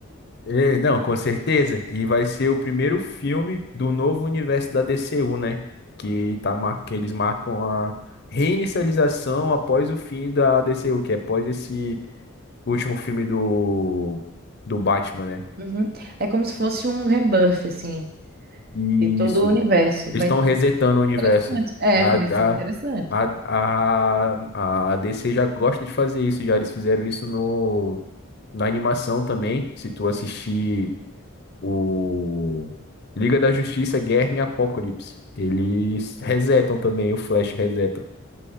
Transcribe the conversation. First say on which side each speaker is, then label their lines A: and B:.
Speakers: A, on the left; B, on the right.
A: É, não, com certeza. E vai ser o primeiro filme do novo universo da DCU, né? Que, tá, mar- que eles marcam a reinicialização após o fim da DCU, que é após esse último filme do, do Batman, né?
B: Uhum. É como se fosse um rebuff, assim.
A: E
B: de todo
A: isso.
B: o universo.
A: Eles
B: Vai
A: estão
B: ser
A: resetando o universo.
B: interessante. É,
A: A,
B: vai ser interessante.
A: a, a, a, a DC já gosta de fazer isso, já eles fizeram isso no, na animação também. Se tu assistir. o Liga da Justiça, Guerra em Apocalipse. Eles resetam também, o Flash reseta